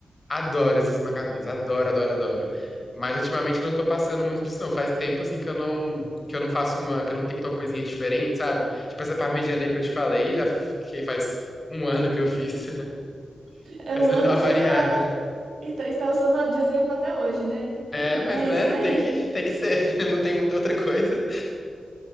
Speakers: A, on the left (about 35°); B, on the right (about 75°).
A: adoro esses macarrões, adoro, adoro, adoro. Mas ultimamente eu não tô passando muito disso, não. Faz tempo assim que eu não que eu não faço uma, que eu não tento uma coisinha diferente, sabe? Tipo essa parmegiana aí que eu te falei, já f- que faz um ano que eu fiz. <laughs>
B: É
A: Precisando
B: um ano
A: dar
B: e
A: uma
B: você
A: variada.
B: já tá E tá- está usando de exemplo até hoje, né? <laughs>
A: É, mas
B: É
A: né,
B: isso aí.
A: tem que tem que ser. <laughs> Não tem muita outra coisa.